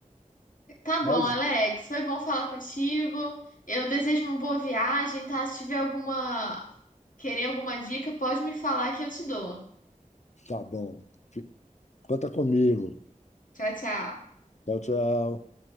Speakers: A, on the left; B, on the left.
A: Tá bom,
B: mas
A: Alex. Foi bom falar contigo. Eu desejo uma boa viagem, tá? Se tiver alguma, querer alguma dica, pode me falar que eu te dou.
B: tá bom. Conta comigo.
A: Tchau, tchau.
B: Tchau, tchau.